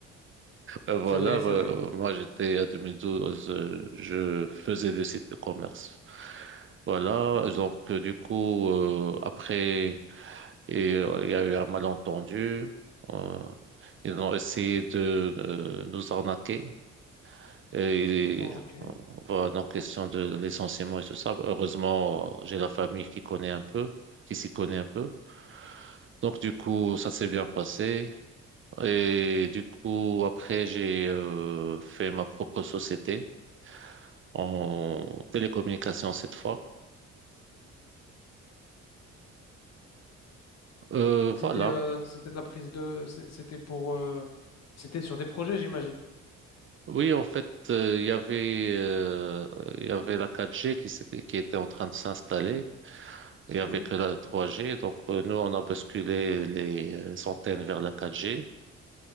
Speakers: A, on the right; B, on the left.
A: Euh, Voilà,
B: c'est vrai,
A: euh,
B: c'est vrai.
A: moi j'étais à 2012, euh, je faisais des sites de commerce. Voilà, donc euh, du coup, euh, après, et, euh, il y a eu un malentendu. euh, ils ont essayé de euh, nous arnaquer. Et
B: Ok.
A: euh, voilà, donc question de licenciement et tout ça. Heureusement, j'ai la famille qui connaît un peu, qui s'y connaît un peu. Donc du coup, ça s'est bien passé. Et du coup, après, j'ai euh, fait ma propre société en télécommunication cette fois. Euh, voilà.
B: C'était euh, c'était de la prise de. c'est- C'était pour. euh, C'était sur des projets, j'imagine.
A: Oui, en fait, euh, il y avait euh, il y avait la 4G qui s'était qui était en train de s'installer. Il
B: Mhm.
A: y avait que la 3G. Donc euh, nous, on a basculé les euh, antennes vers la 4G.